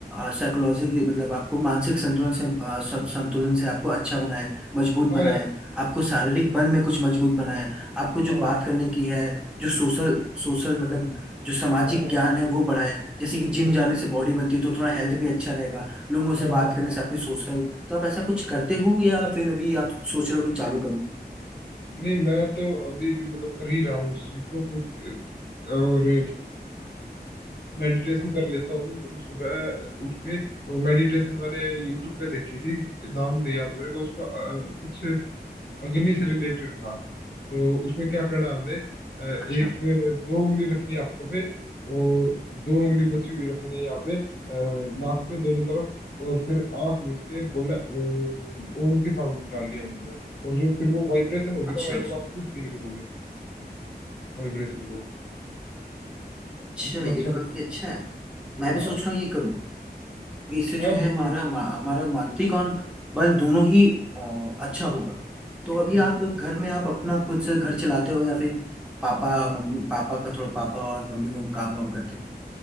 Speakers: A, in the centre; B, on the left (about 80°).
A: साइकोलॉजिकली मतलब आपको मानसिक संतुलन से अ, सं- संतुलन
B: हाँ
A: से आपको अच्छा बनाए मजबूत
B: हाँ
A: बनाए
B: यार
A: आपको शारीरिक
B: हाँ
A: बल में कुछ मजबूत बनाए आपको जो
B: हाँ
A: बात करने की है जो सोशल सोशल मतलब जो सामाजिक
B: हाँ हाँ
A: ज्ञान
B: हाँ
A: है वो बढ़ाए जैसे कि जिम
B: बिल्कुल
A: जाने से बॉडी बनती है तो थोड़ा हेल्थ भी अच्छा रहेगा लोगों से
B: हाँ
A: बात
B: हाँ
A: करने
B: हाँ
A: से आपकी सोशल तो आप ऐसा कुछ करते हो या फिर अभी आप सोच रहे हो कि चालू करूं
B: नहीं मैं तो अभी भी मतलब कर ही रहा हूँ उस चीज को कोई और मेडिटेशन कर लेता हूँ मैं। मतलब सुबह उठ के वो मेडिटेशन मैंने यूट्यूब पे देखी थी नाम नहीं याद मेरे को उसका अ, कुछ अग्नि से रिलेटेड था तो उसमें क्या करना है हमने अ,
A: अच्छा
B: एक दो उंगली रखनी है आंखों पे और दो उंगली बची हुई रखनी है यहाँ पे अ, नाक पे दोनों तरफ और फिर आंख मीच के बोलना ओम ओम की साउंड निकाल लिया मतलब और जो फिर वो वाइब्रेशन होगी
A: अच्छा
B: ना माइंड
A: अच्छा
B: में आप खुद फील करोगे वाइब्रेशन को
A: अच्छा
B: इतना अच्छा
A: ये तो
B: मतलब
A: काफी अच्छा है मैं भी
B: हाँ
A: सोच रहा हूँ ये करूँ क्योंकि इससे
B: हाँ
A: जो है
B: बिल्कुल
A: हमारा मा- हमारा मानसिक और बल दोनों ही अ, अच्छा होगा तो
B: हम्म।
A: अभी आप घर में आप अपना खुद से घर चलाते हो या फिर पापा मम्मी पापा का थोड़ा पापा और मम्मी लोग काम वाम करते हैं